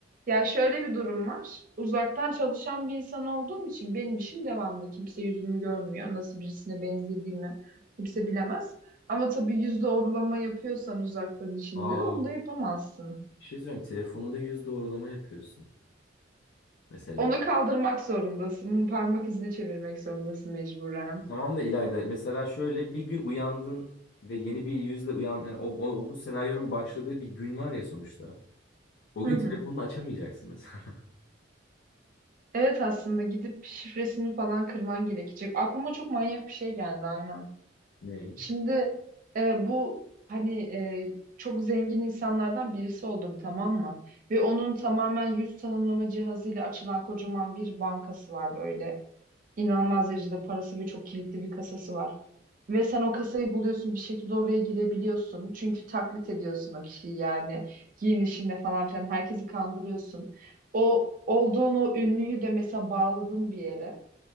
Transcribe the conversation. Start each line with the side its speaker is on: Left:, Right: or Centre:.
Right: ya şöyle bir durum var. Uzaktan çalışan bir insan olduğum için benim işim devamlı. Kimse yüzümü görmüyor. Nasıl birisine benzediğimi kimse bilemez. Ama tabii yüz doğrulama yapıyorsan uzaktan işinde
Left: Aa,
Right: de onu da yapamazsın.
Left: bir şey söyleyeyim. Telefonunda yüz doğrulama yapıyorsun mesela.
Right: Onu kaldırmak zorundasın. Onu Parmak izine çevirmek zorundasın mecburen.
Left: Tamam da İlayda mesela şöyle bir gün uyandın ve yeni bir yüzle uyan yani o, o, o bu senaryonun başladığı bir gün var ya sonuçta. O
Right: Hı
Left: gün
Right: hı.
Left: telefonunu açamayacaksın mesela.
Right: Evet aslında gidip şifresini falan kırman gerekecek. Aklıma çok manyak bir şey geldi Ayhan.
Left: <laughs> Ne?
Right: Şimdi e, bu hani e, çok zengin insanlardan birisi oldum tamam mı? Ve onun tamamen yüz tanımlama cihazıyla açılan kocaman bir bankası var böyle. inanılmaz derecede parası ve çok kilitli bir kasası var. Ve sen o kasayı buluyorsun bir şekilde oraya girebiliyorsun. Çünkü taklit ediyorsun o kişiyi yani. Giyinişinde falan filan herkesi kandırıyorsun. O olduğun o ünlüyü de mesela bağladın bir yere.